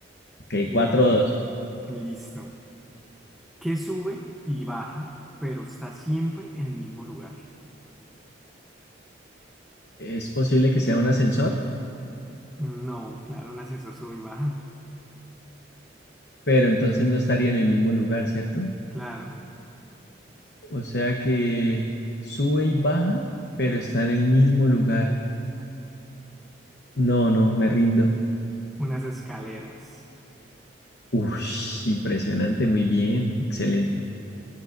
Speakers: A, on the left; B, in the centre.
A: Ok,
B: Eh,
A: cuatro dos.
B: listo. ¿Qué sube y baja, pero está siempre en el mismo lugar?
A: Es posible que sea un ascensor,
B: No, claro, un ascensor sube y baja.
A: pero entonces no estaría en el mismo lugar, ¿cierto?
B: Claro,
A: O sea que sube y baja, pero está en el mismo lugar. No, no, me rindo.
B: unas escaleras.
A: Ush, impresionante, muy bien, excelente.